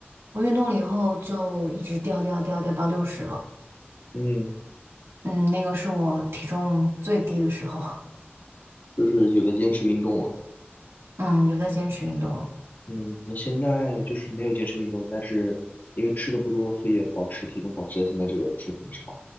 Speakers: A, on the right (about 85°); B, on the left (about 50°).
A: 我运动了以后就一直掉掉掉掉到六十了。
B: 嗯，
A: 嗯，那个是我体重最低的时候。
B: 就是有的坚持运动了。
A: 嗯，有在坚持运动了
B: 嗯，那现在就是没有坚持运动，但是因为吃的不多，所以也保持体重保持在现在这个水平，是吧？